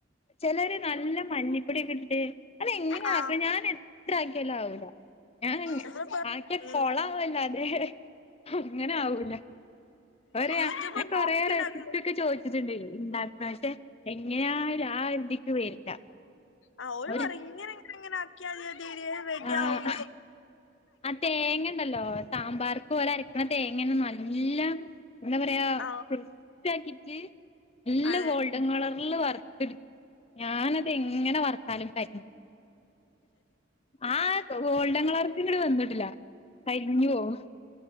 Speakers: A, on the left; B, on the left.
A: ചിലര് നല്ല മഞ്ഞിപ്പൊടിയൊക്കെ ഇട്ടിട്ട് അത് എങ്ങനെ
B: ആഹ്
A: ആക്ക ഞാൻ എത്ര ആക്കിയല് ആവുല്ല ഞാൻ
B: നമ്മളിപ്പോ
A: ആക്കിയ
B: ഉം
A: കൊള ആവല്ലാതെ അങ്ങനെ ആവൂല ഒരയാ
B: യൂട്യൂബ്
A: ഞാൻ കൊറെേ
B: നോക്കിണ്ടാക്കുമ്പോ
A: റെസിപ്പിയ ഒക്കെ ചോദിച്ചിട്ടുണ്ട ഉണ്ടാക്കന്ന എങ്ങനെയ ആ ഒരു ആ ഇതിക്ക് വരില്ല
B: ആഹ് ഓര്
A: ഒരു
B: പറയും ഇങ്ങനെങ്ങെങ്ങനെ ആക്കിയാമതി അത് റെഡിയാകും
A: ആഹ്
B: എന്നൊക്കെ
A: ആ തേങ്ങ ഉണ്ടല്ലോ സാമ്പാർക്ക് ഒര് അരക്കുന്ന തേങ്ങ ന ല്ല എന്താ പറയാ <unintelligible>
B: ആഹ്
A: ആക്കിട്ട് നല്ല
B: അതെ
A: ഗോ ൾഡൻ കളറിൽ വറുത്ത്ട്ത് ഞാനത് എങ്ങനെ വറുത്താലും കരിഞ് ആ ഗോൾഡൻ കളർത്ക്ക്‌ വന്നിട്ടില്ല കരിഞ്ഞു പോവും